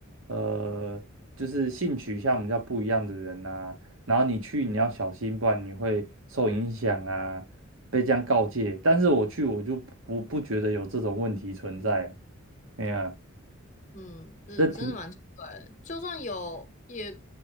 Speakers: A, on the right; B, on the left.
A: 呃，就是性取向比较不一样的人呐、然后你去你要小心，不然你会受影响啊，被这样告诫。但是我去我就不不觉得有这种问题存在啊。哎呀，
B: 嗯，这真的蛮奇怪的。
A: 这题，
B: 就算有，也